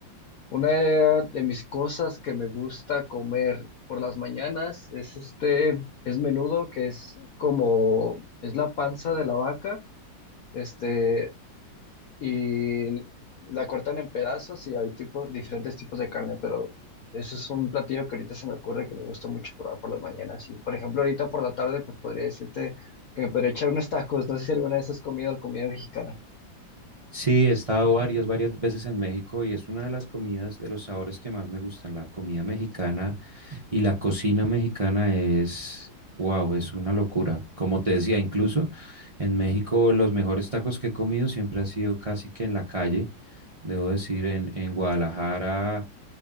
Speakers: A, on the left; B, on the right.
A: Una de, de mis cosas que me gusta comer por las mañanas es este, es menudo, que es como, es la panza de la vaca. Este, y la cortan en pedazos y hay tipo, diferentes tipos de carne, pero eso es un platillo que ahorita se me ocurre que me gusta mucho probar por las mañanas. Y por ejemplo, ahorita por la tarde, pues podría decirte que me podría echar unos tacos. No sé si alguna vez has comido comida mexicana.
B: Sí, he estado varias, varias veces en México y es una de las comidas, de los sabores que más me gustan, la comida mexicana Y la cocina mexicana es, wow, es una locura. Como te decía, incluso en México los mejores tacos que he comido siempre han sido casi que en la calle. Debo decir, en, en Guadalajara,